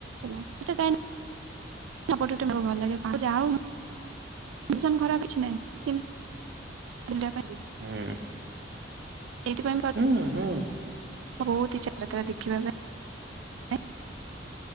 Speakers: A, on the right; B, on the right.
A: ହେଲା ଏତେ କାଇଁ ଏପଟୁ ଟେ ମେ ଭଲ ଲାଗେ ପ ଯା ହଉ ମିସନ୍ ଖରାପ କିଛି ନାହିଁ ଥିମ୍ ବୁଲିବା ପାଇଁ
B: ହୁଁ।
A: ଏଇଥିପାଇଁ ପ
B: ହୁଁ। ହୁଁ।
A: ବୋହୁତ ଇଚ୍ଛା ଯାକାରା ଦେଖିବା ପାଇଁ।